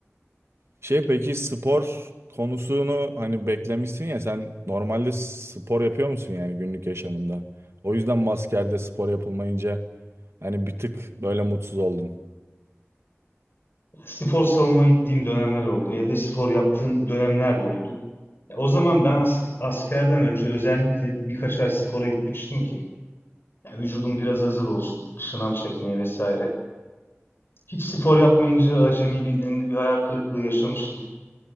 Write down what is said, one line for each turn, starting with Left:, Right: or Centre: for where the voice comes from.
Right: Şey peki spor konusunu hani beklemişsin ya sen normalde spor yapıyor musun yani günlük yaşamında? O yüzden mi askerde spor yapılmayınca Hani bir tık böyle mutsuz oldun.
Left: Spor salonuna gittiğim dönemler oldu. Evde spor yaptığım dönemler de oldu. O zaman ben as- askerden önce özellikle birkaç ay spora gitmiştim ki ya vücudum biraz hazır olsun, sınav çekmeye vesaire. Hiç spor yapmayınca acemi birliğinde bir hayal kırıklığı yaşamıştım.